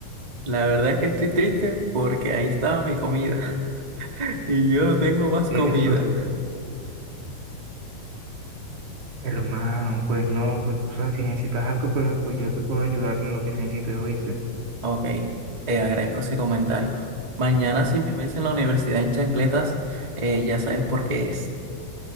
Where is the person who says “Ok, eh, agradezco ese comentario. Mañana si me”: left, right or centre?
Right